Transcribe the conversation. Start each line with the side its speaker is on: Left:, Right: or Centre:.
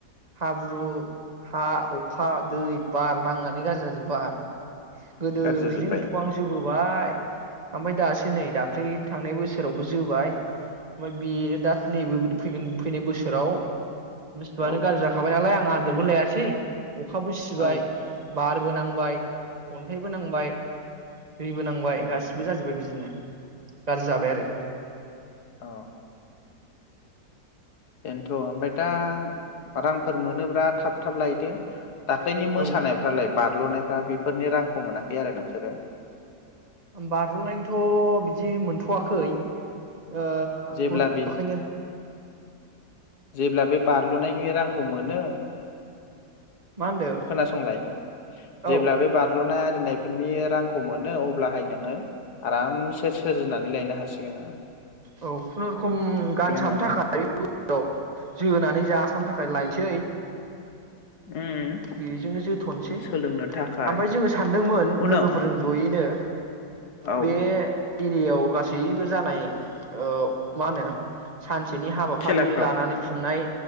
Right: हाब्रु हा अखा दै बार नांनानै गाज्रि जाजोब्बाय गोदो
Left: गाज्रि जाजोब्बाय
Right: बिजोंनो थआंजोबो <unintelligible> बाय ओमफ्राय दासो नै दाख्लै थांनाय बोसोरावबो जोबाय ओमफ्राय बेयो दा नैबे फैगोन फैनाय बोसोराव बुस्थुआनो
Left: औ
Right: गाज्रि जाखाबाय नालाय आं आदोर बो लायासै अखाबो सिबाय
Left: औ
Right: बारबो नांबाय अन्थाइबो नांबाय दैबो नांबाय
Left: औ
Right: गासिबो जाजोब्बाय बिदिनो गारजि जाबाय आरो
Left: अ बेनोथ' ओमफ्राय दा रांफोर मोनोब्रा थाब थाब लायदो। दाख्लैनि मोसानायफ्रालाय
Right: औ
Left: बारल' नायफ्रा बेफोरनि रांखौ मोनाखै आरो नोंसोरो?
Right: बारलनायनिथ' बिदि मोनथ'वाखै ओ
Left: जेब्ला
Right: होथ'आखैनो।
Left: बे जेब्ला बे बारलुनायनि रांखौ मोनो
Right: मा होनदों
Left: खोनासंलाय
Right: औ
Left: जेब्ला बे बारलुनाय नायफोरनि रांखौ मोनो अब्लाहाय नोङो आरामसे सोरजिनानै लायनो हासिगोन ना।
Right: औ खुनुरुखुम गानसाबनो
Left: माने
Right: थाखाय औ जोनानै जासाबनो थाखाय लायनोसै।
Left: उम
Right: बेजोंनो जोथ' नोसै
Left: सोलोंनो थाखाय
Right: ओमफ्राय जोङो सानदोंमोन
Left: उनाव
Right: लोगोफोरजों जयैनो
Left: औ
Right: बे एरियायाव गासैबो जानाय औ मा होनो सानस सेनि हाबाफारि
Left: खेलाफ्राव
Right: लानानै खुंनाय